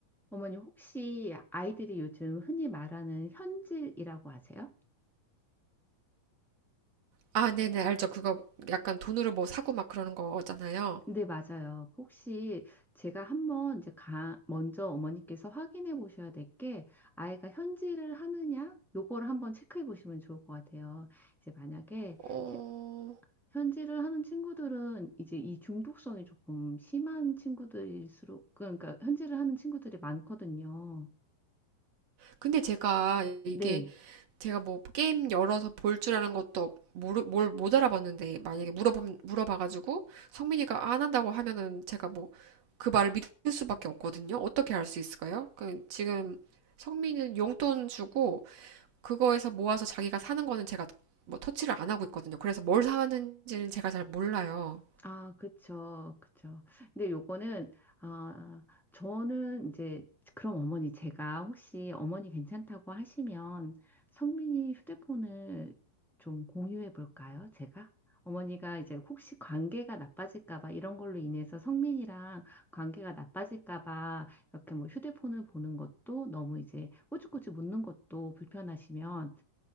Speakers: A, in the centre; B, on the right.
A: 어머니 혹시 아이들이 요즘 흔히 말하는 현질이라고 하세요?
B: 아, 네네, 알죠. 그거 약간 돈으로 뭐 사고 막 그러는 거잖아요.
A: 네, 맞아요. 혹시 제가 한번 이제 가, 먼저 어머니께서 확인해 보셔야 될 게 아이가 현질을 하느냐? 요거를 한번 체크해 보시면 좋을 것 같아요. 이제 만약에
B: 어,
A: 현- 현질을 하는 친구들은 이제 이 중독성이 조금 심한 친구들일수록 그러니까 현질을 하는 친구들이 많거든요.
B: 근데 제가 이게
A: 네.
B: 제가 뭐 게임 열어서 볼 줄 아는 것도 모르, 뭘 못 알아봤는데 만약에 물어보, 물어봐가지고 성민이가 안 한다고 하면은 제가 뭐 그 말을 믿을 수밖에 없거든요. 어떻게 할 수 있을까요? 그 지금 성민이는 용돈 주고 그거에서 모아서 자기가 사는 거는 제가 뭐 터치를 안 하고 있거든요. 그래서 뭘 사는지는 제가 잘 몰라요.
A: 아, 그쵸, 그쵸. 근데 요거는, 아, 저는 이제, 그럼 어머니, 제가 혹시 어머니 괜찮다고 하시면 성민이 휴대폰을 좀 공유해 볼까요? 제가? 어머니가 이제 혹시 관계가 나빠질까 봐 이런 걸로 인해서 성민이랑 관계가 나빠질까 봐 이렇게 뭐 휴대폰을 보는 것도 너무 이제 꼬치꼬치 묻는 것도 불편하시면